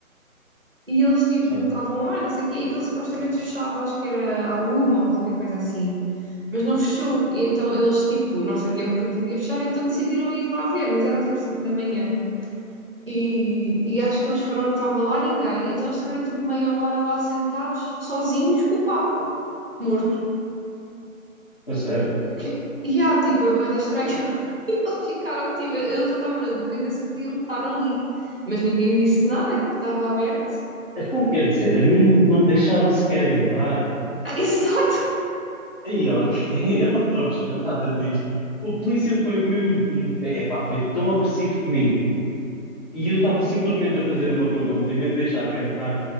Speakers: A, on the right; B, on the left.
A: E eles tipo
B: sim.
A: estavam lá, não sei o quê, e aquilo supostamente fechava, acho que era à uma ou qualquer coisa assim. Mas não fechou, e então eles tipo não sabiam que aquilo ia fechar, então decidiram ir lá ver, mas eram tipo 5 da manhã. E, e acho que eles foram, não estava lá ninguém, então eles tiveram tipo meia hora lá sentados, sozinhos, com o Papa, morto.
B: A sério.
A: O quê? E há, tipo, é bué da estranho. <laughs> E eles ficaram, tipo, eles estavam na dúvida se podiam estar ali. Mas ninguém disse nada, aquilo estava aberto. <laughs>
B: Então quer dizer, a mim não me deixaram sequer entrar.
A: Ah, exato!
B: Aí, ok, <laughs> eu não estou a perceber nada disto. O polícia foi mesmo, epá, foi tão agressivo comigo. E eu estava simplesmente a fazer uma pergunta e nem me deixaram entrar.